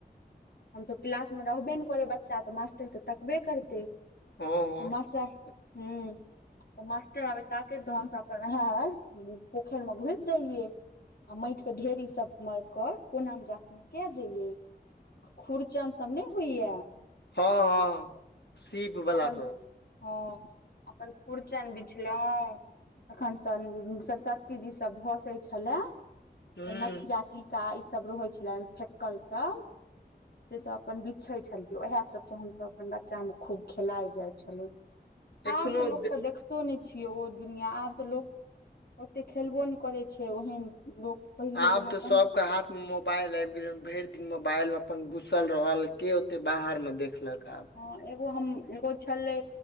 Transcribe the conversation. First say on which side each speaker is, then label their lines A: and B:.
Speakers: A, on the left (about 65°); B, on the left (about 90°).
A: हमसभ क्लास मे रहबे नऽ करै बच्चा तऽ मास्टर तऽ तकबे करतै
B: हँ
A: तऽ
B: हूँ
A: मास्टर हूँ
B: <inaudible>
A: तऽ मास्टर आबे ताके लऽ तऽ हमसब अपन हम पोखरि मे घुस जइये आ माटि के ढेरी सब मे के कोना मे जाकऽ नुका जइये खुरचन सब नहि होइय
B: हँ हँ सीप बला
A: अपन
B: सब
A: हँ अपनन खुर्चन बिछलो तखन सऽ सरस्वती जी सब भसै छलय
B: हूँ
A: तऽ नथिया टीका ईसभ रहै छलय फेकलसभ से सब अपन बिछै छलियै उएह सभसँ हमसभ अपन बच्चामे खूब खेलााय जाइ छलहुँ
B: एखनो
A: आब तऽ लोक
B: जे
A: के देख देखतो नहि छियै ओ दुनिया आब तऽ लोक ओते खेलबो नहि करै छै ओहन लोक पहिले
B: आब
A: जेना
B: तऽ
A: कहाँ
B: सब ओका हाथ मे मोबाइल आबि गेल भरि दिन मोबाइल मे अपन घुसल रहल के ओते बाहर मे देखलक आब
A: हँ एगो हम एगो छलै